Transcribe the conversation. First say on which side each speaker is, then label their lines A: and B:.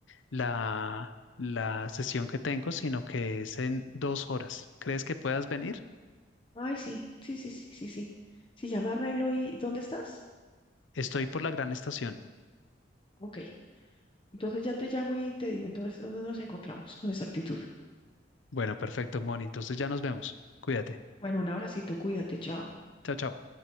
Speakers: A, on the left; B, on the left.
A: la, la sesión que tengo, sino que es en dos horas. ¿Crees que puedas venir?
B: Ay, sí, sí, sí, sí, sí, sí. Si ya me arreglo y ¿dónde estás?
A: Estoy por la gran estación.
B: Ok, Entonces ya te llamo y te digo, entonces, ¿dónde nos encontramos con exactitud?
A: Bueno, perfecto, Moni. Entonces ya nos vemos. Cuídate.
B: Bueno, un abracito, cuídate, chao.
A: Chao, chao.